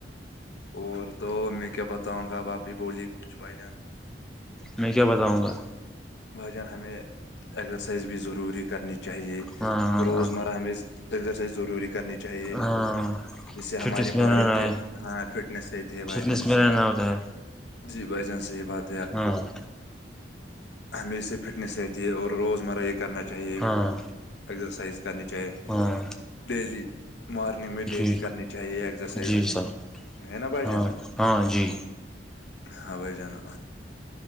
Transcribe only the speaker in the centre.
میں کیا بتاؤں گا
ہاں
ہاں
ہاں
فٹنس میں
رہنا
ہے
فٹنس
میں
رہنا ہوتا ہے
ہاں ہوں
ہاں
ہاں
جی
جی
سر
ہاں
ہاں جی